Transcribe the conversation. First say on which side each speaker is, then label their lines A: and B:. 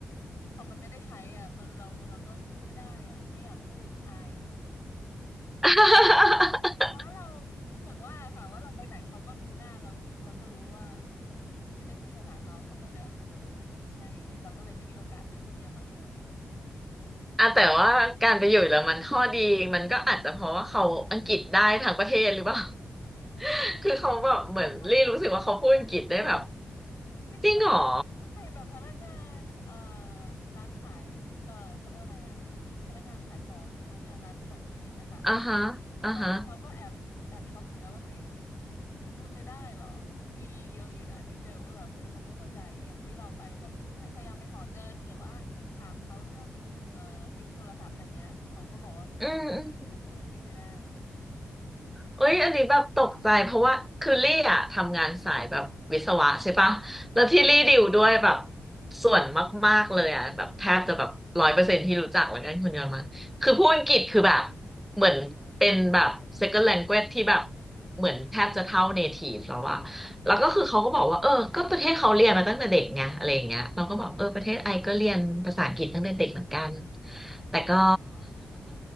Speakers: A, on the left; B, in the centre.
A: พอมันไม่ได้ใช้อ่ะมันเราเราก็พูดไม่ได้อ่ะไม่อยากพูดอาย
B: <laughs>
A: <laughs> เพราะเราอย่างว่าค่ะว่าเราไปไหนเขาก็ดูหน้าเราเราก็รู้ว่าไม่ได้พูดภาษาเขาเขาก็จะพูดอังกฤษให้เราก็เลยไม่มีโอกาสได้พูดเยอรมันบ่อย
B: อ่ะแต่ว่าการไปอยู่เยอรมันข้อดีมันก็อาจจะเพราะว่าเขาอังกฤษได้ทั้งประเทศหรือเปล่า <laughs> คือเขาแบบเหมือนรีรู้สึกว่าเขาพูดอังกฤษได้แบบ
A: บางคนไม่ได้ ที่จริงเรา
B: จริงเหรอ
A: ใช่แบบพนักงานเอ่อร้านขายเอ่อเขาเรียกว่าอะไรอะพนักงานขายของพนักงานร้านสะดวกซื้ออย่างเงี้ยค่ะ
B: อ่าฮะอ่าฮะ
A: เออตอนแรกเราก็แอบแอบช็อกเหมือนกันว่าเฮ้ยเขาพูดไม่ได้เหรอมีเยอะอยู่นะที่เจอว่าแบบเฮ้ยเขาไม่เข้าใจอย่างที่เราไปแบบพยายามไปถอนเงินหรือว่าถามเขาเรื่องเอ่อซิมโทรศัพท์อะไรเงี้ยเขาก็บอกว่าไม่
B: อืม
A: พูดอังกฤษไม่ได้
B: เอ้ยอันนี้แบบตกใจเพราะว่าคือลี่อะทำงานสายแบบวิศวะใช่ปะแล้วที่ลี่ดิวด้วยแบบ
A: <laughs>
B: ส่วนมากๆเลยอะแบบแทบจะแบบร้อยเปอร์เซ็นต์ที่รู้จักแล้วกันคนเยอรมันคือพูดอังกฤษคือแบบเหมือนเป็นแบบ second language ที่แบบเหมือนแทบจะเท่า native แล้วอะแล้วก็คือเขาก็บอกว่าเออก็ประเทศเขาเรียนมาตั้งแต่เด็กไงอะไรอย่างเงี้ยเราก็บอกเออประเทศไอก็เรียนภาษาอังกฤษตั้งแต่เด็กเหมือนกันแต่ก็